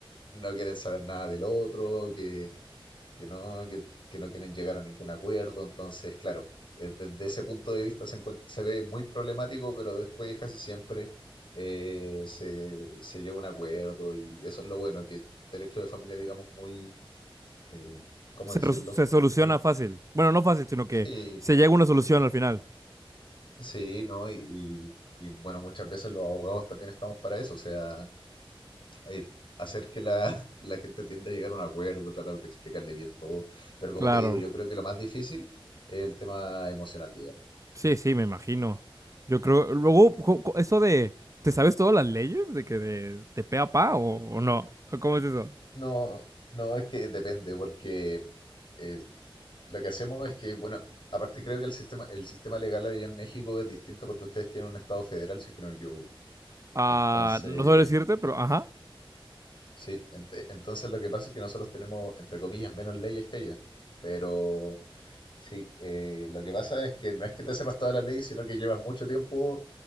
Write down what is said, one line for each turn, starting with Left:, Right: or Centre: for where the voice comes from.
Left: no quieren saber nada del otro, que que no, que, que no quieren llegar a ningún acuerdo. Entonces, claro, eh, desde ese punto de vista se, encuent- se ve muy problemático, pero después casi siempre eh, se, se llega a un acuerdo y eso es lo bueno, que derecho de familia, digamos, muy, eh, ¿cómo
Right: Se,
Left: decirlo?
Right: res- se soluciona
Left: Em,
Right: fácil. Bueno, no fácil, sino que
Left: sí,
Right: se llega a una solución al final.
Left: sí, ¿no? Y, y- y, bueno, muchas veces los abogados también estamos para eso, o sea, eh, hacer que la, <laughs> que la gente tienda a llegar a un acuerdo, tratar de explicarle bien todo. Pero como
Right: Claro.
Left: te digo, yo creo que lo más difícil es el tema emocional, digamos.
Right: Sí, sí, me imagino. Yo creo, luego, co- co- eso de, ¿te sabes todas las leyes de que de, de pe a pa o, o no? ¿O ¿Cómo es eso?
Left: No, no es que depende, porque eh, lo que hacemos es que, bueno, aparte creo que el sistema, el sistema legal allá en México es distinto porque ustedes tienen un estado federal, si es que no yo.
Right: Ah,
Left: Entonces,
Right: no sabré decirte, pero ajá.
Left: sí, ent- entonces lo que pasa es que nosotros tenemos, entre comillas, menos leyes que allá, pero Sí, eh, lo que pasa es que no es que te sepas todas las leyes, sino que llevas mucho tiempo